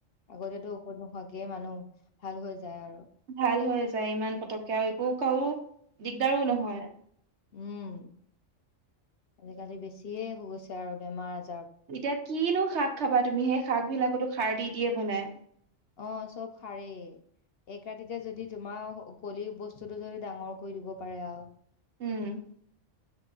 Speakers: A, on the left (about 55°); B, on the right (about 60°).
A: আগতেটো ঔষধ নোখোৱাকেই মানুহ ভাল হৈ যায় আৰু
B: ভাল হৈ যায় ইমান পতককে আৰু একো কাৰো দিগদাৰো নহয়
A: উম আজিকালি বেছিয়ে হৈ গৈছে আৰু বেমাৰ আজাৰ
B: এতিয়া কিনো শাক খাবা তুমি সেই শাক বিলাকতো হাৰ দি দিয়ে বনাই
A: অ চব হাৰেই এক ৰাতিতে যদি তোমাৰ কলি বস্তুটো যদি ডাঙৰ কৰি দিব পাৰে আৰু
B: উম